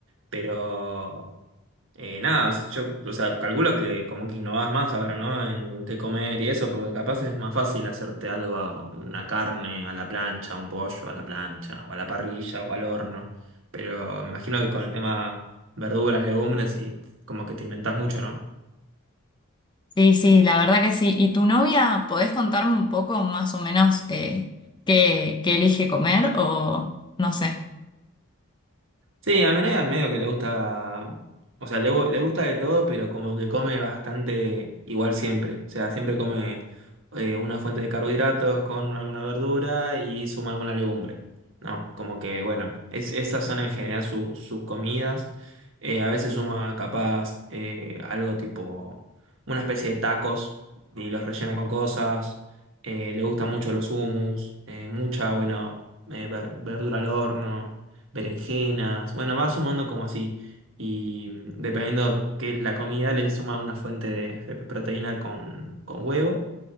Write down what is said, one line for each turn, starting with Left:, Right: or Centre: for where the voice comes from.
Right: pero Eh, nada, yo, o sea, calculo que como que innovás más ahora, ¿no? En qué comer y eso, porque capaz es más fácil hacerte algo, a- una carne a la plancha, un pollo a la plancha, o a la parrilla, o al horno. Pero me imagino que con el tema verduras, legumbres, y como que te inventás mucho, ¿no?
Left: Sí, sí, la verdad que sí. ¿Y tu novia, podés contarme un poco más o menos eh, qué, qué elige comer o no sé?
Right: Sí, a mi novia medio que le gusta, o sea, le, gu- le gusta de todo, pero como que come bastante igual siempre. O sea, siempre come eh, una fuente de carbohidratos con alguna verdura y suma alguna legumbre, ¿no? Como que, bueno, es, esas son en general su- sus comidas. Eh, a veces suma capaz eh, algo tipo una especie de tacos y los rellena con cosas. Eh, le gustan mucho los hummus, eh, mucha, bueno, eh, ver- verdura al horno berenjenas, bueno, va sumando como así. Y mm, dependiendo qué es la comida, le suma una fuente de, de proteína con, con huevo